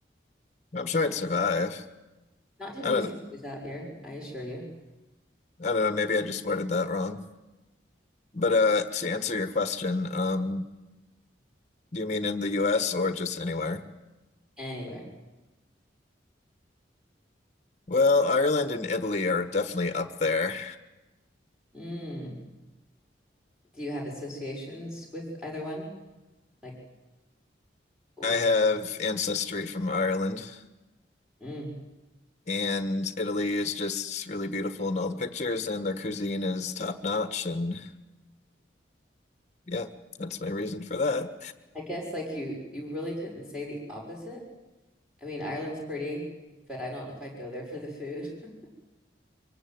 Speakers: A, on the left; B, in the centre.
A: I'm sure I'd survive.
B: Not too many
A: I don't
B: zombies out here, I assure you.
A: I don't know, maybe I just worded that wrong. But uh to answer your question, um do you mean in the US or just anywhere?
B: Anywhere.
A: Well, Ireland and Italy are definitely up there.
B: Mm. Do you have associations with either one? Like, or,
A: I have ancestry from Ireland,
B: mm.
A: and Italy is just really beautiful in all the pictures, and their cuisine is top notch. And yeah, that's my reason for that.
B: I guess like you, you really couldn't say the opposite. I mean, Ireland's pretty, but I don't know if I'd go there for the food. <laughs>